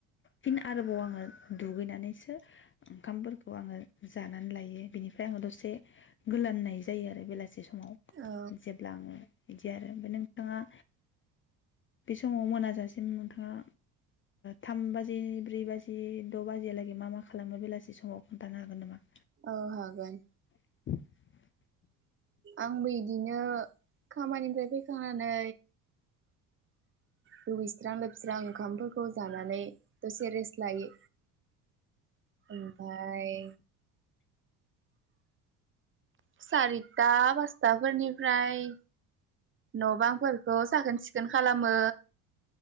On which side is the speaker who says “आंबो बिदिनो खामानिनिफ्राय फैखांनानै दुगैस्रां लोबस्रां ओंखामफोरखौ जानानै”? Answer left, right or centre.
Right